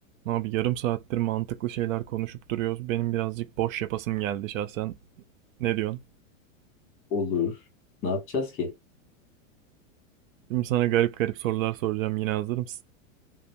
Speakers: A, on the right; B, on the left.
A: Abi yarım saattir mantıklı şeyler konuşup duruyoruz. Benim birazcık boş yapasım geldi şahsen. Ne diyorsun?
B: Olur. Ne yapacağız ki?
A: Şimdi sana garip garip sorular soracağım. Yine hazır mısın?